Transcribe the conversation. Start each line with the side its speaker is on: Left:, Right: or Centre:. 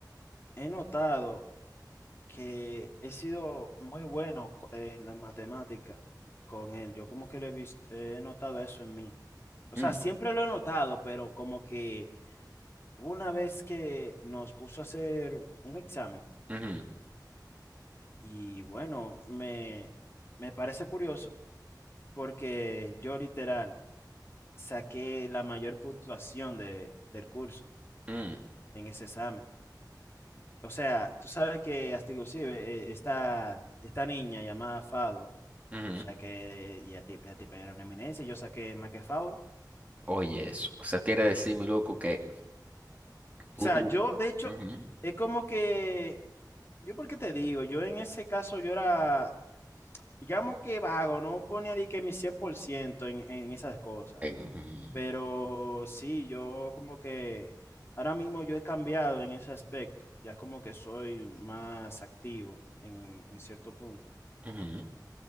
Left: he notado que he sido muy bueno co- en la matemática con él. Yo como que lo he visto, he notado eso en mí. O
Right: Mm,
Left: sea, siempre lo he notado, pero como que hubo una vez que nos puso a hacer un examen
Right: ujú,
Left: y bueno, me, me parece curioso porque yo literal saqué la mayor puntuación de, del curso
Right: mm,
Left: en ese examen. O sea, tú sabes que hasta inclusive eh, esta, esta niña llamada Fadwa,
Right: ujú.
Left: Saqué ya ti- ya tipo era una eminencia, yo saqué Fowler.
Right: Oye, eso. O sea, quiere decir, mi loco, que
Left: O
Right: Tú,
Left: sea,
Right: tú.
Left: yo, de hecho,
Right: Ujú,
Left: es como que, yo por qué te digo, yo en ese caso yo era, digamos que vago, no ponía de que mi 100% en, en esas cosas.
Right: en-
Left: Pero sí, yo como que ahora mismo yo he cambiado en ese aspecto, ya como que soy más activo en, en cierto punto.
Right: ujú, ujú.